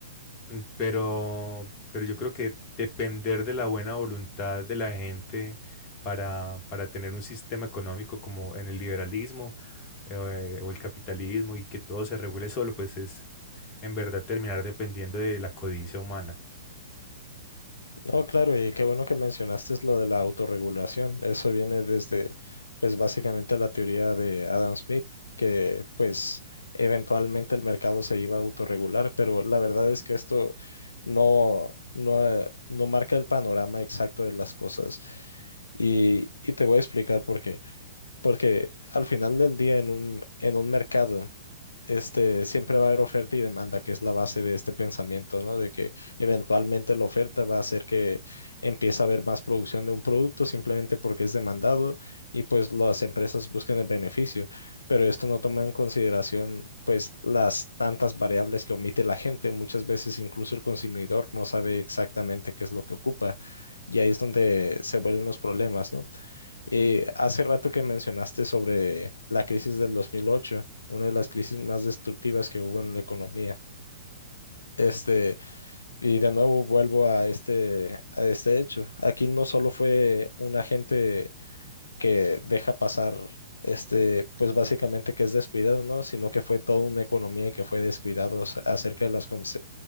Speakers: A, on the left; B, on the left.
A: mm, pero, pero yo creo que depender de la buena voluntad de la gente para, para tener un sistema económico como en el liberalismo eh, o el capitalismo y que todo se regule solo, pues es en verdad terminar dependiendo de la codicia humana.
B: No, claro, y qué bueno que mencionaste lo de la autorregulación. Eso viene desde, pues básicamente la teoría de Adam Smith, que pues eventualmente el mercado se iba a autorregular, pero la verdad es que esto no, no, eh, no marca el panorama exacto de las cosas. Y, y te voy a explicar por qué. Porque al final del día en un, en un mercado, este, siempre va a haber oferta y demanda, que es la base de este pensamiento, ¿no? De que eventualmente la oferta va a hacer que empiece a haber más producción de un producto simplemente porque es demandado y pues las empresas buscan el beneficio, pero esto no toma en consideración pues las tantas variables que omite la gente, muchas veces incluso el consumidor no sabe exactamente qué es lo que ocupa. Y ahí es donde se vuelven los problemas, ¿no? Y hace rato que mencionaste sobre la crisis del 2008, una de las crisis más destructivas que hubo en la economía. Este, y de nuevo vuelvo a este, a este hecho. Aquí no solo fue un agente que deja pasar, este, pues básicamente que es descuidado, ¿no? Sino que fue toda una economía que fue descuidada acerca de las, conse-